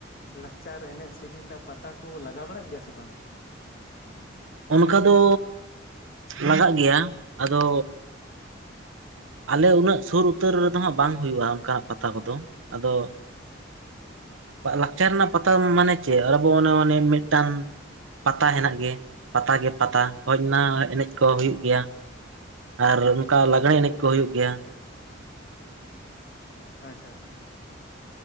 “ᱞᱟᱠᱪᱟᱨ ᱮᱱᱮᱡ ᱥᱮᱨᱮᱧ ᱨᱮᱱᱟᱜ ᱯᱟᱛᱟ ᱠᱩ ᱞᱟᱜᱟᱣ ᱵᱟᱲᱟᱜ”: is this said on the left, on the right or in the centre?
Left